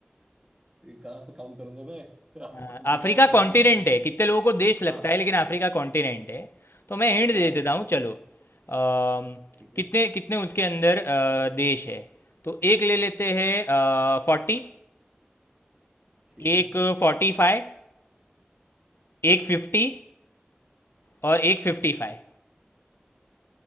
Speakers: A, on the right (about 20°); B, on the left (about 70°).
A: ये कहाँ से काउंट करूंगा मैं <laughs> आप
B: हाँ,
A: अफ्रीका
B: अफ्रीका
A: का मैप
B: कॉन्टिनेंट
A: निकालना
B: है
A: पड़ेगा
B: कितने लोगों को देश लगता
A: हाँ
B: है लेकिन अफ्रीका कॉन्टिनेंट है तो मैं हिंट
A: हाँ
B: दे देता
A: उस
B: हूँ चलो अम,
A: ठीक है
B: कितने कितने उसके अंदर अ, देश है तो एक ले लेते हैं फोर्टी
A: ठीक
B: एक
A: है
B: फोर्टी फाइव एक फिफ्टी और एक फिफ्टी फाइव